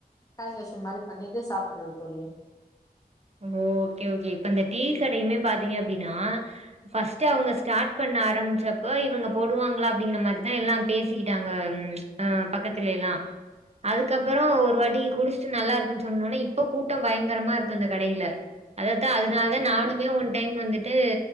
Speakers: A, on the left; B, on the right.
A: கால்குலேசன் மாரி பண்ணிட்டே சாப்புட்றது தோழி
B: ம் ஓகே ஓகே இப்ப அந்த டீ கடையுமே பாத்தீங்க அப்டின்னா ஃபர்ஸ்ட்டே அவங்க ஸ்டார்ட் பண்ண ஆரம்பிச்சப்ப இவங்க போடுவாங்ளா அப்டிங்கிற மாரிதா எல்லா பேசிக்கிட்டாங்க ம் ஆ பக்கத்துலே ல்லா அதுக்கப்புறோ ஒரு வாட்டி குடிச்சுட்டு நல்லா இருக்குன் சொன்னோன்னே இப்ப கூட்டம் பயங்கரமா இருக்கு அந்தக் கடையில அததா அதனால
A: ம்
B: தா நானுமே ஒன் டைம் வந்துட்டு